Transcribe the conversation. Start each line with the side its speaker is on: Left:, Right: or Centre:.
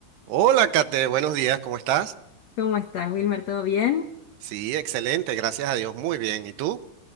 Right: Hola, Kate, buenos días, ¿cómo estás?
Left: ¿Cómo estás, Wilmer? ¿Todo bien?
Right: Sí, excelente, gracias a Dios, muy bien. ¿Y tú?